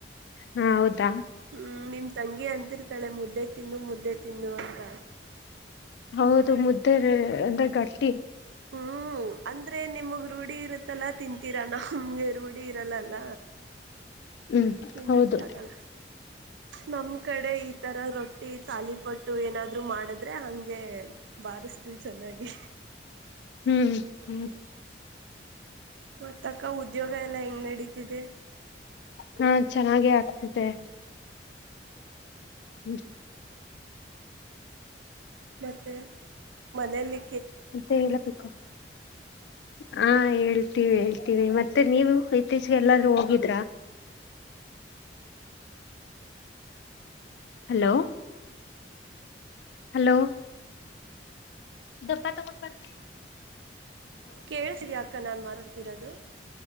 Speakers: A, on the left; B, on the right.
A: ಹಾ ಹೌದಾ
B: ಹ್ಞ ನಿಮ್ತಂಗಿ ಅಂತಿರ್ತಾಳೆ ಮುದ್ದೆ ತಿನ್ನು ಮುದ್ದೆ ತಿನ್ನು ಅಂತ.
A: ಹೌದು ಮುದ್ದೆರೇ ಗಟ್ಟಿ.
B: ಹ್ಮ್ ಅಂದ್ರೆ ನಿಮಗ್ ರೂಢಿ ಇರುತ್ತಲ್ಲ ತಿಂತೀರಾ ನಮ್ಗೆ ರೂಢಿ ರಲ್ಲಲ್ಲ.
A: ಹ್ಮ್
B: ತಿನ್ನಕ್ಕೆ
A: ಹೌದು
B: ಆಗಲ್ಲ ನಮ್ ಕಡೆ ಈ ತರ ರೊಟ್ಟಿ ತಾಲಿಪಟ್ಟು ಏನಾದ್ರರು ಮಾಡಿದ್ರೆ ಹಂಗೆ ಬಾರಿಸ್ತೀವಿ ಚೆನ್ನಾಗಿ.
A: ಹ್ಮ್ ಹ್ಮ್
B: ಮತ್ ಅಕ್ಕ ಉದ್ಯೋಗ ಎಲ್ಲ ಹೆಂಗ್ ನಡೀತಿದೆ.
A: ಹಾ ಚೆನ್ನಾಗೆ ಆಗ್ತ್ ತೆ <inaudible>
B: ಮತ್ತೆ ಮನೆಲಿ
A: ಮತ್ತೆ ಹೇಲಬೇಕು ಹಾ ಹೇಳ್ತೀವಿ ಹೇಳ್ತೀವಿ ಮತ್ತ್ ತ್ತೆ ನೀವು ಇತ್ತೀಚ್ಗೆ ಎಲ್ಲಾದ್ರೂ ಹೋಗಿದ್ರ. ಹಲೋ ಹಲೋ ದಪ್ಪ ತಗೊಂಡ್ ಬರ್
B: ಕೇಳ್ ಸಿಗ ಆ ಕ್ಕ ನಾನ್ ಮಾತಾಡ್ತಿರೋದು.